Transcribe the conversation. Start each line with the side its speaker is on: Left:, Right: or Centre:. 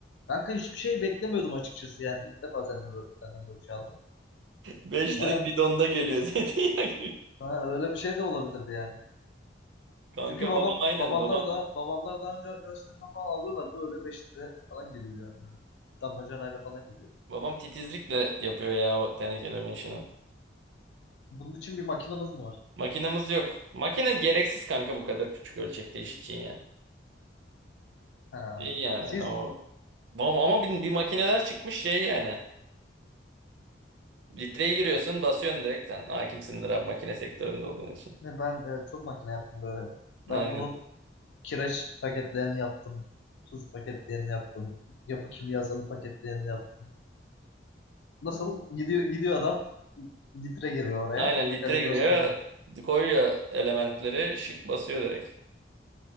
Left: Kanka hiçbir şey beklemiyordum açıkçası yani ilk defa senden böyle, senden böyle bir şey aldım.
Right: 5 litrelik
Left: Bayağı
Right: bidonda geliyor <laughs> zeytinyağı. gibi.
Left: ha, öyle bir şey de olabilirdi yani.
Right: Kanka
Left: Çünkü babam
Right: babam aynen
Left: babamlar
Right: babam
Left: da babamlar daha önce arkadaşlarından falan alıyorlardı öyle 5 lira falan geliyor yani. Damacanayla falan geliyor.
Right: babam titizlikle yapıyor ya o tenekelerin işini.
Left: Bunun için bir makinamız mı var?
Right: Makinemiz yok. Makine gereksiz kanka bu kadar küçük ölçekte iş için ya.
Left: Ha.
Right: İyi yani
Left: Siz
Right: o ama, ama bir, bir makineler çıkmış şey yani. Litreye giriyorsun basıyorsun direkt sen. Hakimsindir abi makine sektöründe olduğun için.
Left: ne ben de çok makine yaptım böyle.
Right: Aynen.
Left: Ben bunun Kireç paketlerini yaptım. Tuz paketlerini yaptım. Yapı kimyasalı paketlerini yaptım. Nasıl? Gidiyor, gidiyor adam litre giriyor oraya.
Right: Aynen litre
Left: Kalibrasyonunu.
Right: giriyor koyuyor elementleri şık basıyor direkt.